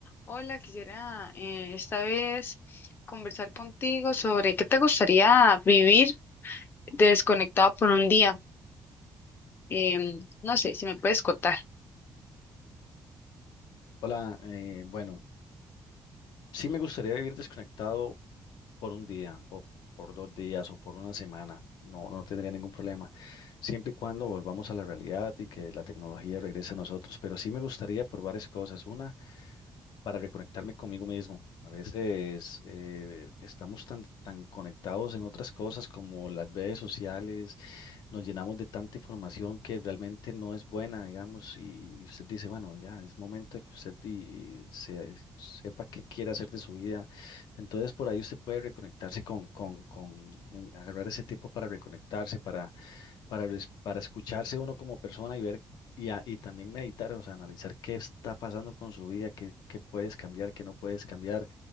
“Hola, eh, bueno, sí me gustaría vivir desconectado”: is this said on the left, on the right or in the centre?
Left